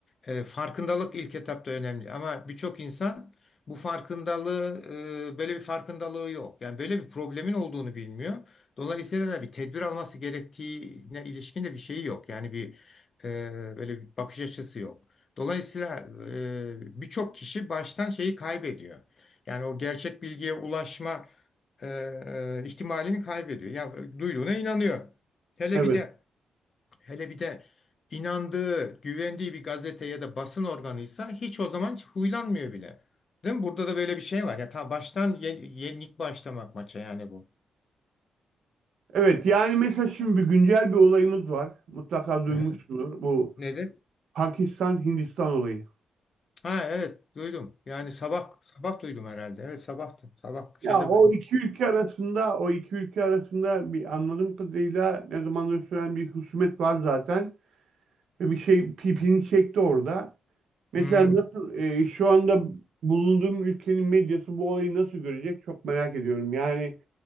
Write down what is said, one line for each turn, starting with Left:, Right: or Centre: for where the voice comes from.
Left: e, farkındalık ilk etapta önemli. Ama birçok insan bu farkındalığı, e, böyle bir farkındalığı yok. Yani böyle bir problemin olduğunu bilmiyor. Dolayısıyla da bir tedbir alması gerektiğine ilişkin de bir şeyi yok. Yani bir e, böyle bir bakış açısı yok. Dolayısıyla e, birçok kişi baştan şeyi kaybediyor. Yani o gerçek bilgiye ulaşma e, e, ihtimalini kaybediyor. Ya duyduğuna inanıyor. Hele
Right: Evet
Left: bir de hele bir de inandığı, güvendiği bir gazete ya da basın organıysa hiç o zaman hiç huylanmıyor bile. Değil mi? Burada da böyle bir şey var. Ya ta baştan ye- yenik başlamak maça yani bu.
Right: Evet, yani mesela şimdi bir güncel bir olayımız var. Mutlaka duymuşsunuz
Left: Aha.
Right: bu
Left: Nedir?
Right: Pakistan-Hindistan olayı.
Left: Ha evet duydum. Yani sabah sabah duydum herhalde. Evet sabahtı. Sabah
Right: Ya
Left: şeyde
Right: o iki ülke arasında o iki ülke arasında bir anladığım kadarıyla ne zamandır süren bir husumet var zaten ve bir şey pipini çekti orada. Mesela
Left: Hmm.
Right: nasıl e, şu anda bulunduğum ülkenin medyası bu olayı nasıl görecek çok merak ediyorum. Yani